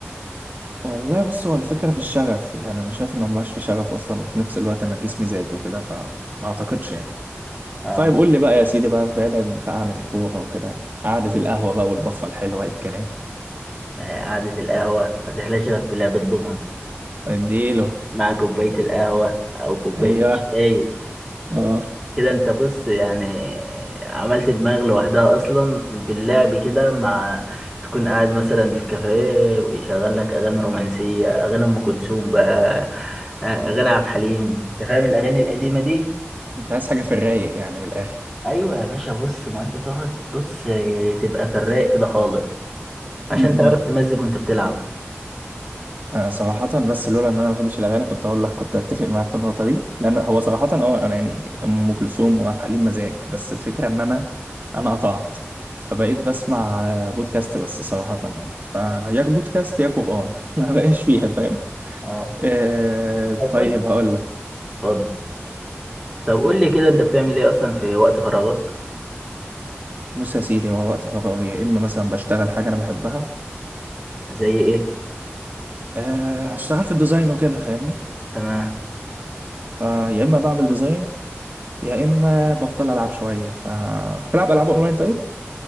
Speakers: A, on the right; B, in the centre.
A: <laughs> والله بص هو الفكره في الشغف يعني انا شايف انه مبقاش في شغف اصلا وفي نفس الوقت انا جسمي زاد وكده فما اعتقدش يعني
B: اه
A: طيب قول لي بقى يا سيدي بقى بعيدا بقى عن الكورة وكده قعدة القهوة بقى والبفة الحلوة إيه الكلام
B: ما هي قعدة القهوة ما تحلاش غير بلعب الضمن
A: اديله
B: مع كوباية القهوة أو كوباية
A: ايوه
B: الشاي
A: اه
B: كده أنت بص يعني عملت دماغ لوحدها أصلا باللعب كده مع تكون قاعد مثلا في كافيه ويشغل لك أغاني رومانسية أغاني أم كلثوم بقى آه، أغاني عبد الحليم أنت فاهم الأغاني القديمة دي؟
A: انت عايز حاجة في الرايق يعني من الآخر
B: أيوة يا باشا بص ما أنت تقعد بص تبقى في الرايق كده خالص عشان
A: امم
B: تعرف تمزج وأنت بتلعب
A: آه صراحة بس لولا ان انا ما بحبش الاغاني كنت اقول لك كنت اتفق معاك في النقطة دي لان هو صراحة اه انا يعني ام كلثوم وعبد الحليم مزاج بس الفكرة ان انا انا قطعت فبقيت بسمع آه، بودكاست بس صراحة يعني فيا بودكاست يا قرآن <laughs> ما بقاش فيها فاهم
B: أه
A: آه
B: طب
A: طيب
B: قول
A: هقول لك
B: اتفضل طب قول لي كده أنت بتعمل إيه أصلا في وقت فراغك؟
A: بص يا سيدي هو وقت فراغي يا اما مثلا بشتغل حاجه انا بحبها
B: زي إيه؟
A: أه اشتغل في الديزاين وكده فاهمني
B: تمام
A: فيا اما بعمل ديزاين يا اما بفضل العب شويه فبتلعب العاب اونلاين طيب